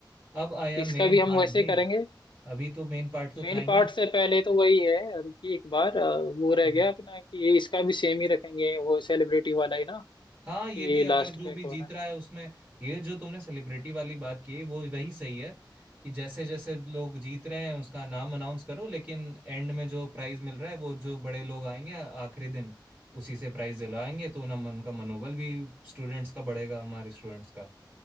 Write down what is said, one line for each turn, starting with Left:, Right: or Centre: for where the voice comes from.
Right: अब आया
Left: इसका
Right: मेन
Left: भी हम
Right: पार्ट
Left: वैसे
Right: भाई
Left: करेंगे
Right: अभी तो मेन पार्ट तो
Left: मेन
Right: था ही
Left: पार्ट
Right: नहीं
Left: से पहले तो वही है कि एक बार आ, वो रह
Right: हम्म,
Left: गया अपना कि इसका भी सेम ही रखेंगे वो सेलिब्रिटी वाला ही ना
Right: हाँ ये
Left: कि
Right: भी अगर
Left: लास्ट
Right: जो
Left: में
Right: भी
Left: कौन
Right: जीत
Left: है
Right: रहा है उसमें ये जो तुमने सेलिब्रिटी वाली बात की वो वही सही है कि जैसे जैसे लोग जीत रहे हैं उसका नाम अनाउंस करो लेकिन एंड में जो प्राइज मिल रहा है वो जो बड़े लोग आएंगे आखिरी दिन उसी से प्राइज दिलाएंगे तो ना मन उनका मनोबल भी स्टूडेंट्स का बढ़ेगा हमारे स्टूडेंट्स का